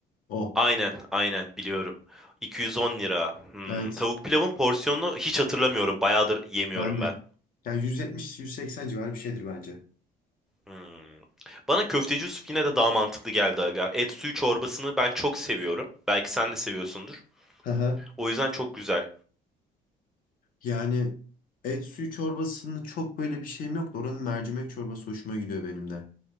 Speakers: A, on the left (about 55°); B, in the centre.
A: O.
B: Aynen, aynen biliyorum. 210 lira. Hmm,
A: Evet,
B: tavuk pilavın porsiyonunu hiç hatırlamıyorum. Bayağıdır yemiyorum
A: ben de.
B: ben.
A: Yani 170-180 civarı bir şeydir bence.
B: Hmm. Bana köfteci Yusuf yine de daha mantıklı geldi aga. Et suyu çorbasını ben çok seviyorum. Belki sen de seviyorsundur.
A: <laughs>
B: O yüzden çok güzel.
A: Yani et suyu çorbasının çok böyle bir şeyim yok da oranın mercimek çorbası hoşuma gidiyor benim de.